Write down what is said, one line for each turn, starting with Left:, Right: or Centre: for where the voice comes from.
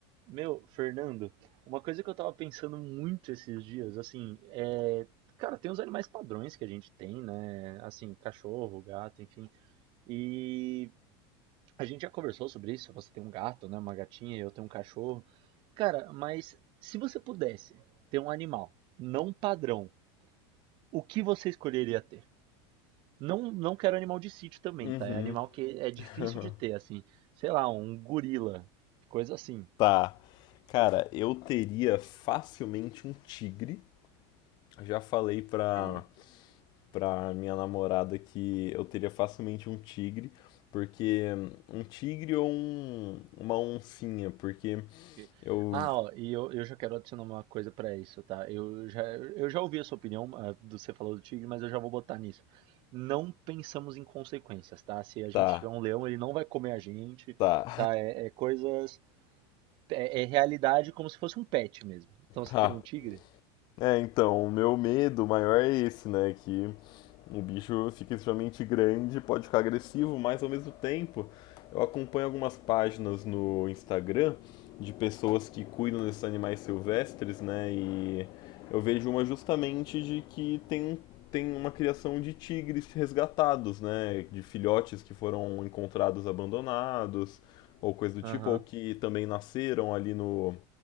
Right: Meu, Fernando, uma coisa que eu tava pensando muito esses dias, assim, é. Cara, tem os animais padrões que a gente tem, né? Assim, cachorro, gato, enfim. E a gente já conversou sobre isso. Você tem um gato, né? Uma gatinha, eu tenho um cachorro. Cara, mas se você pudesse ter um animal não padrão, o que você escolheria ter? Não, não quero animal de sítio também,
Left: Uhum.
Right: tá? É animal que é difícil
Left: <laughs>
Right: de ter, assim. Sei lá, um gorila, coisa assim.
Left: Tá. Cara, eu teria facilmente um tigre. Já falei pra,
Right: Ok.
Left: pra minha namorada que eu teria facilmente um tigre, porque um tigre ou um, uma oncinha, porque
Right: E-
Left: eu.
Right: Ah, ó, e eu, eu já quero adicionar uma coisa pra isso, tá? Eu já, eu já ouvi a sua opinião, a do você falou do tigre, mas eu já vou botar nisso. Não pensamos em consequências, tá? Se a gente
Left: Tá,
Right: tiver um leão, ele não vai comer a gente,
Left: tá,
Right: tá? É, é coisas. É, é realidade como se fosse um pet mesmo. Então
Left: <laughs>
Right: você
Left: tá.
Right: teria um tigre?
Left: É, então, o meu medo maior é esse, né? Que o bicho fica extremamente grande, pode ficar agressivo, mas ao mesmo tempo eu acompanho algumas páginas no Instagram de pessoas que cuidam desses animais silvestres, né? E eu vejo uma justamente de que tem, um, tem uma criação de tigres resgatados, né? De filhotes que foram encontrados abandonados, ou coisa do
Right: Aham,
Left: tipo, ou que também nasceram ali no,